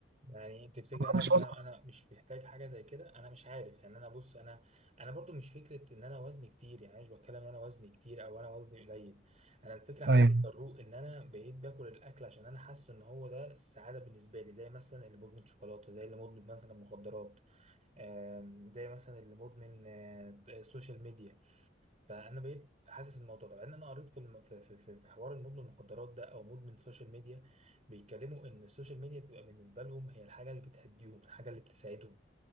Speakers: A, on the right; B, on the right.
A: يعني تفتكر انا
B: مش
A: انا
B: واثق
A: انا مش محتاج حاجه زي كده انا مش عارف يعني انا بص انا انا برضو مش فكره ان انا وزني كتير يعني أنا مش بتكلم ان انا وزني كتير او انا وزني قليل انا الفكره مم.
B: ايوه
A: عندي تضرق ان انا بقيت باكل الاكل عشان انا حاسس ان هو ده السعاده بالنسبه لي زي مثلا اللي مدمن شوكولاته زي اللي مدمن مثلا مخدرات آم، زي مثلا اللي مدمن آه، سوشيال ميديا فانا بقيت حاسس الموضوع ده لان انا قريت في الم... في في في في حوار المدمن المخدرات ده او مدمن السوشيال ميديا بيتكلموا ان السوشيال ميديا بتبقى بالنسبه لهم هي الحاجه اللي بتهديهم الحاجه اللي بتساعدهم